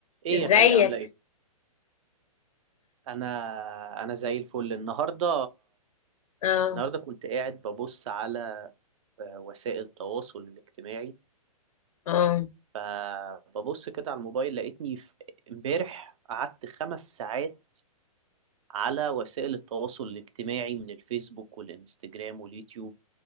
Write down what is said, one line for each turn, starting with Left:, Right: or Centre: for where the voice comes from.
Right: ايه
Left: ازيك
Right: يا غالية عاملة ايه؟ انا انا زي الفل النهاردة
Left: اه
Right: النهاردة كنت قاعد ببص على آه، وسائل التواصل الاجتماعي
Left: اه
Right: فببص كده على الموبايل لقيتني في- امبارح قعدت خمس ساعات على وسائل التواصل الاجتماعي من الفيسبوك والانستجرام واليوتيوب